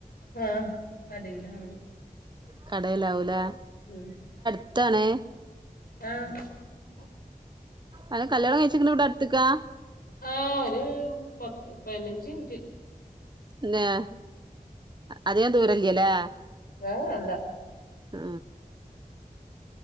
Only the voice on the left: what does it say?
ആഹ് നാടുവിലാണ്
ഉം
ആഹ്. <unintelligible>
ആ ഒര് പൊ പതിനഞ്ച് മിനിറ്റ്
ഏ ല്ല